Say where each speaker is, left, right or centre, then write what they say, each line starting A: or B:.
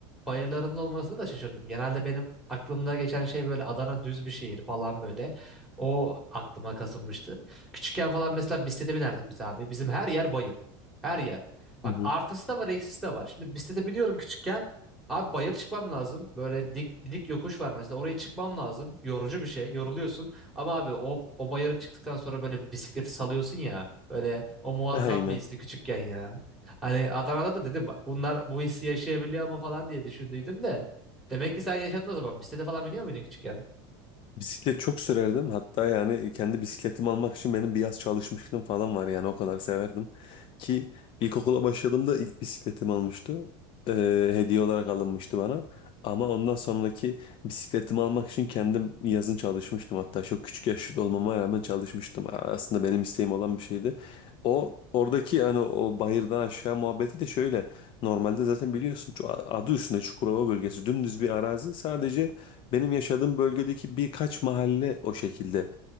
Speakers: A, in the centre; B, on the left.
A: bayırlarının olmasına da şaşırdım. Genelde benim aklımda geçen şey böyle Adana düz bir şehir falan böyle. O aklıma kazınmıştı. Küçükken falan mesela bisiklete binerdik biz abi. Bizim her yer bayır. Her yer. Bak
B: Hı hı.
A: artısı da var, eksisi de var. Şimdi bisiklete biniyorum küçükken. Abi bayır çıkmam lazım. Böyle dik dik yokuş var mesela. Oraya çıkmam lazım. Yorucu bir şey. Yoruluyorsun. Ama abi o, o bayıra çıktıktan sonra böyle bisikleti salıyorsun ya. Böyle o muazzam
B: <laughs> Aynen.
A: bir histi küçükken ya. Hani Adana'da da dedim bunlar bu hissi yaşayabiliyor mu falan diye düşündüydüm de. Demek ki sen yaşadın o zaman. Bisiklete falan biniyor muydun küçükken?
B: Bisiklet çok sürerdim. Hatta yani kendi bisikletimi almak için benim bir yaz çalışmışlığım falan var yani o kadar severdim. Ki ilkokula başladığımda ilk bisikletimi almıştı. Ee, hediye olarak alınmıştı bana. Ama ondan sonraki bisikletimi almak için kendim yazın çalışmıştım. Hatta çok küçük yaşta olmama rağmen çalışmıştım. Aslında benim isteğim olan bir şeydi. O oradaki yani o bayırdan aşağı muhabbeti de şöyle. Normalde zaten biliyorsun ço- adı üstünde Çukurova bölgesi dümdüz bir arazi. Sadece benim yaşadığım bölgedeki birkaç mahalle o şekilde